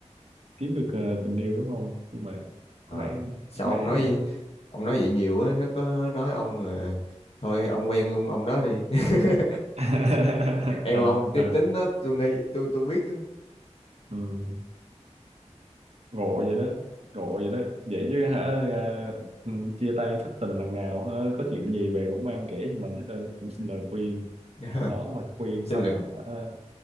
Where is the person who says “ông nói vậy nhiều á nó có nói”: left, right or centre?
Left